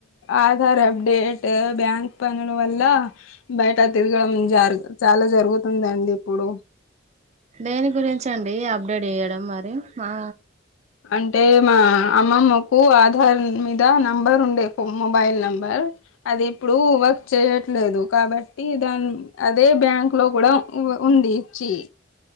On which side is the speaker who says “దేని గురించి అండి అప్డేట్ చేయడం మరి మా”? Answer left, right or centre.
Right